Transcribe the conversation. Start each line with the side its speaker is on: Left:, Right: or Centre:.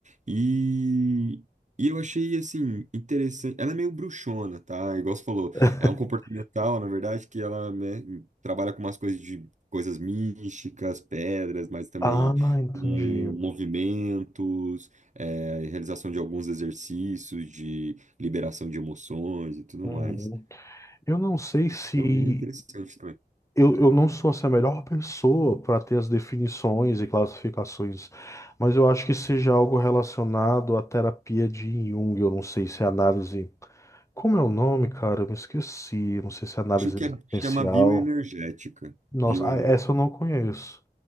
Right: e, e eu achei assim interessante. Ela é meio bruxona, tá? Igual você falou,
Left: <laughs>
Right: é um comportamental, na verdade, que ela né, trabalha com umas coisas de coisas místicas, pedras, mas também
Left: Ah, entendi.
Right: com movimentos, é, realização de alguns exercícios de liberação de emoções e tudo
Left: Uhum.
Right: mais.
Left: Eu não sei se.
Right: Então, é interessante também.
Left: Eu, eu não sou assim, a melhor pessoa para ter as definições e classificações, mas eu acho que seja algo relacionado à terapia de Jung. Eu não sei se é análise. Como é o nome, cara? Eu me esqueci. Não sei se é análise
Right: Acho que
Left: existencial.
Right: é, chama bioenergética.
Left: Nossa,
Right: Bioener...
Left: ah, essa eu não conheço.